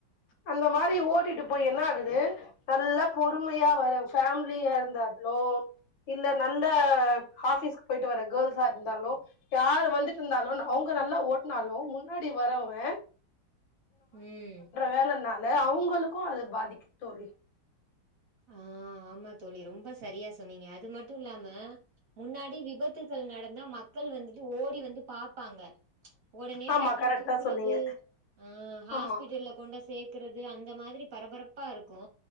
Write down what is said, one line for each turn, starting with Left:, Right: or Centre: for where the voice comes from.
Left: அந்த மாரி ஓட்டிட்டு போய் என்ன ஆகுது நல்ல பொறுமையா வர ஃபேமிலிய இருந்தாலோ இல்ல நல்ல ஆஃபீஸ்க்கு போயிட்டு வர கேல்ஸ்ஸா இருந்தாலோ யாரு வந்துட்டு இருந்தாலு அவுங்க நல்லா ஓட்னாலு முன்னாடி வரவே
Right: உம்
Left: வேலனால அவுங்குளுக்கூ அது பாதிக் தோழி
Right: ஆ ஆமா தோழி ரொம்ப சரியா சொன்னீங்க அது மட்டும் இல்லாம முன்னாடி விபத்துக்கள் நடந்தா மக்கள் வந்து ட்டு ஓடி வந்து பாப்பாங்க உடனே
Left: ஆமா
Right: டக்குன்னு
Left: கரெக்டா
Right: தூக்குறது
Left: சொன்னீங்க
Right: ஆ ஹாஸ்பிட்டல்ல
Left: ஆமா
Right: கொண்டு சேர்க்றது அந்த இந்த மாதிரி பரபரப்பா இருக்கு